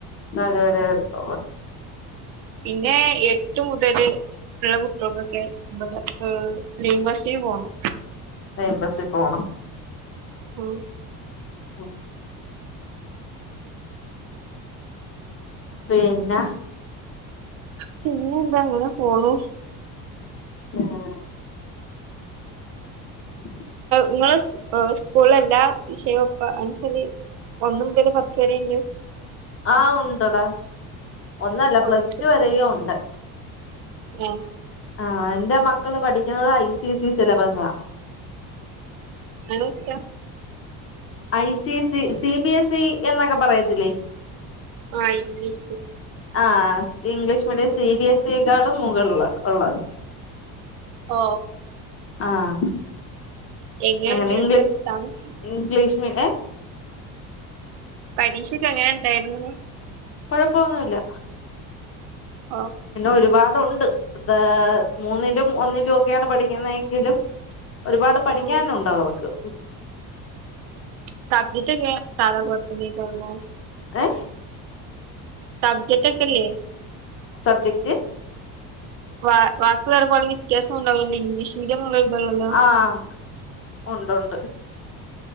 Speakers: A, on the left (about 35°); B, on the right (about 70°).
A: അതെ അതെ വക്കോള
B: പിന്നെ എട്ട് മുതല് ഉള്ള കുട്ടികളൊക്കെ നമ്മടെ ലിംബസിൽ പോണം
A: എംബസി പോകണം
B: ആ
A: ആഹ പിന്നെ
B: പിന്നെ എന്താ അങ്ങനെ പോണു
A: ആഹ ഉം
B: നിങ്ങളെ സ്കൂളല്ല വിഷയപ്പ അനസരി ഒന്നും ഇറ്റത് പത്ത് വര ഉണ്ട്
A: ആഹ ഉണ്ട്ടാ ഒന്നല്ല
B: ഓഹ്
A: പ്ലസ് ടു വരെയും ഉണ്ട്
B: ഓ
A: ആ എന്റെ മക്കള് പഠിക്കുന്നത് ഐ സി ഐ സി സിലബസണ്
B: അണോച്ചാ
A: I C C, C B S E എന്നൊക്കെ പറയത്തില്ലേ.
B: ആഹ് ഇംഗ്ലീഷ്.
A: ആഹ് English medium C B S സിയെക്കാളും മുകള് ള്ള
B: ഓ.
A: ആഹ്
B: എങ്ങനെണ്ട്
A: അങ്ങനെ ഇംഗ്ലീ
B: ങ്ങക്ക് എക്സാമൊക്കെ
A: ഇംഗ്ലീഷ് മീ ഏഹ്
B: പരീഷൊക്കെങ്ങനെണ്ടായിര്ന്നൂ?
A: കൊഴ്പ്പോന്നുല്ല.
B: ഓഹ്
A: പിന്നെ ഒരുപാടൊണ്ട് <unintelligible> മൂന്നിലും ഒന്നി <unintelligible> പഠിക്കുന്നതെങ്കിലും ഒരുപാട് പഠിക്കാനുണ്ട്
B: ഉം
A: അവർക്ക്.
B: സബ്ജറ്റൊക്കെ സാധാ പോല്ത്തന്നേക്കാരു <unintelligible>
A: ഏഹ്
B: സബജെക്റ്റെക്കെല്ല്യേ.
A: സബ്ജെക്റ്റ്
B: വ വാക്കിള്ളോലെ പോലെ വ്യത്യാസണ്ടാവല്ലെ ഇംഗ്ലീഷ് <unintelligible>
A: ആഹ് ഒണ്ട് ഒണ്ട്.